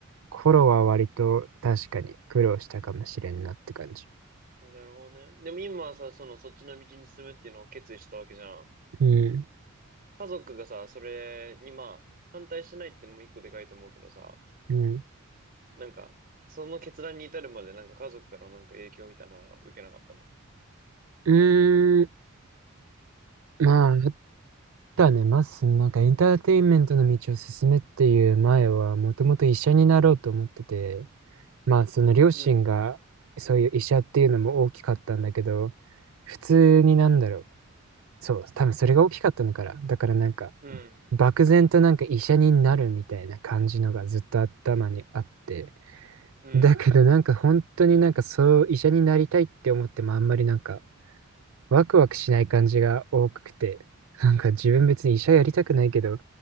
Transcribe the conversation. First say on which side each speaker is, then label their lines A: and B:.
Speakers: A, on the right; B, on the right.
A: 頃は割と確かに苦労したかもしれんなって感じ。
B: なるほどね。でも今はさ、その、そっちの道に進むっていうのを決意したわけじゃん。
A: うん。
B: 家族がさ、それにまあ、反対しないってのも一個でかいと思うけどさ、
A: うん。
B: なんか、その決断に至るまでなんか家族からなんか影響みたいなのは受けなかったの。
A: うーん。まあ、だね、まず、なんかエンターテインメントの道を進めっていう前は、もともと医者になろうと思ってて、まあ、その両親が、
B: うん、
A: そういう医者っていうのも大きかったんだけど、普通になんだろう。そう、多分それが大きかったのから。だからなんか、
B: うん、
A: 漠然となんか医者になるみたいな感じのがずっと頭にあって。
B: うん、
A: だけどなんか本当になんかそう、医者になりたいって思ってもあんまりなんか、ワクワクしない感じが多くて、なんか自分別に医者やりたくないけど、